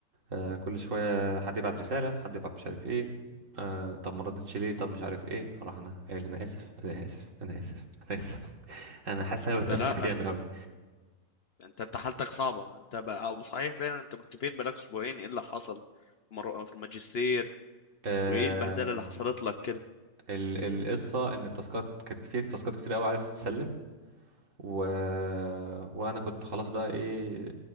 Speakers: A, on the right; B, on the left.
A: أه كل شويه حد يبعت رساله حد يبعت مش عارف ايه أه طب ما ردتش ليه طب مش عارف ايه اروح انا قايل انا اسف انا اسف انا اسف انا اسف انا حاسس ان انا
B: انت
A: بتاسف
B: لا
A: جامد قوي
B: انت انت حالتك صعبة انت بقى أو صحيح فعلا انت كنت فين بقالك اسبوعين ايه اللي حصل مرة- في الماجستير
A: آه
B: وايه البهدلة اللي حصلت لك
A: ال- القصه ان التاسكات كانت في تاسكات كتير قوي عايز تتسلم و... وانا كنت خلاص بقى ايه